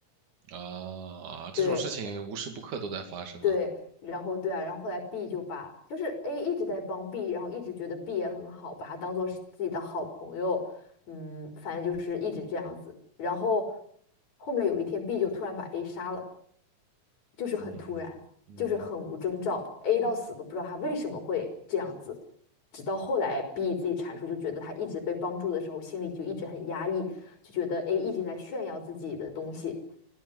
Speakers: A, on the right; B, on the left.
A: 啊这种事情无时不刻都在发生啊。
B: 对对，然后对啊，然后后来 B 就把就是 A 一直在帮 B，然后一直觉得 B 也很好，把他当做是自己的好朋友，嗯，反正就是一直这样子。然后后面有一天，B 就突然把 A 杀了，就是很突然，
A: 嗯嗯。
B: 就是很无征兆，A 到死都不知道他为什么会这样子。直到后来 B 自己阐述，就觉得他一直被帮助的时候，心里就一直很压抑，就觉得 A 一直在炫耀自己的东西，